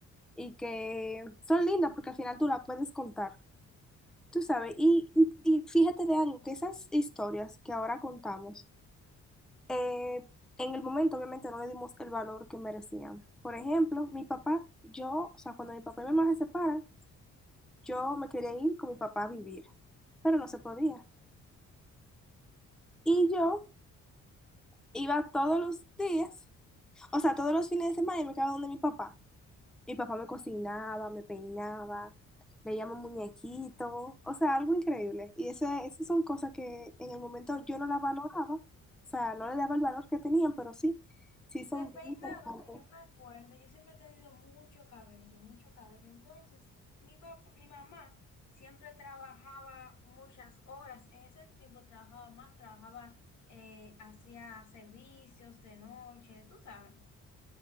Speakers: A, in the centre; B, on the left.
A: y que son lindas porque al final tú las puedes contar, tú sabes. Y, y- y fíjate de algo, que esas historias que ahora contamos, eh, en el momento obviamente no le dimos el valor que merecían. Por ejemplo, mi papá, yo, o sea, cuando mi papá y mi mamá se separan, yo me quería ir con mi papá a vivir, pero no se podía. Y yo iba todos los días, o sea, todos los fines de semana y me quedaba donde mi papá. Y papá me cocinaba, me peinaba, veíamos muñequitos, o sea, algo increíble. Y eso, esas son cosas que en el momento yo no las valoraba, o sea, no le daba el valor que tenían, pero sí, sí son
B: De peinado,
A: muy importantes.
B: que yo me acuerdo, yo siempre he tenido mucho cabello, mucho cabello. Entonces, mi papá, mi mamá siempre trabajaba muchas horas. En ese tiempo trabajaba más, trabajaba, eh, hacía servicios de noche, tú sabes.